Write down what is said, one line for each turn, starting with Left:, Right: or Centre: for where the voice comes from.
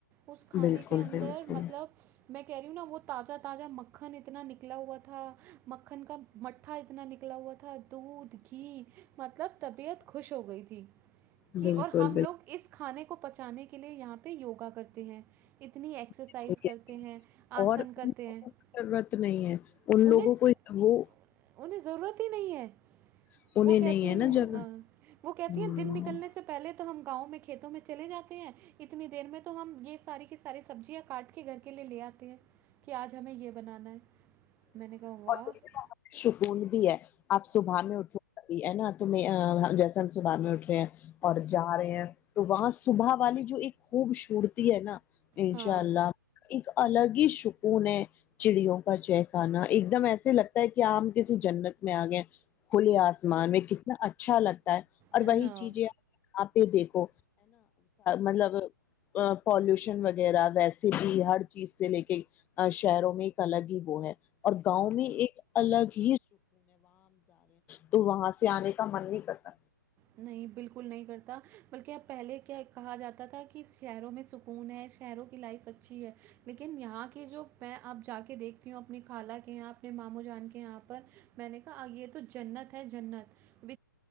Right: اس کھانے
Left: بالکل
Right: کے اندر
Left: بالکل
Right: مطلب میں کہہ رہی ہوں نا وہ تازہ تازہ مکھن اتنا نکلا ہوا تھا مکھن کا مٹھا اتنا نکلا ہوا تھا دودھ گھی مطلب <unintelligible>
Left: بالکل
Right: <unintelligible> <unintelligible>
Left: بالکل اور ان لوگوں کو ضرورت نہیں ہے
Right: <unintelligible>
Left: ان لوگوں کو وہ <unintelligible>
Right: وہ کہتی ہیں <unintelligible>
Left: ہوں ہوں
Right: <unintelligible> <unintelligible>
Left: <unintelligible> <unintelligible>
Right: میں نے کہا واہ
Left: انشاء
Right: ہاں
Left: االلہ الگ ہی سکون ہے چڑیوں کا چہکنے اک دم ایسا لگتا ہے ہم کسی جنت میں آگئے ہیں کھلے آسمان میں کتنا اچھا لگتا ہے اور
Right: ہاں
Left: وہی چیزے آپ بھی دیکھو مطلب پولیوشن وغیرہ ویسے بھی ہر چیز کو لیکر شہرو میں ایک الگ ہی وہ ہے اور گاؤں میں ایک الگ تو وہاں سے آنے کا من نہیں کرتا
Right: نہیں بالکل نہیں کرتا بلکہ پہلے کیا کہا جاتا تھا کہ شہر و میں سکون ہے شہرو ں کی لائف اچھی لیکن یہاں کی جو دیکھتی ہو اپنی خالا کے یہاں پہ مامو جانکے یہاں پہ امیں نے کہا ہو یہ تو جنت ہے جنت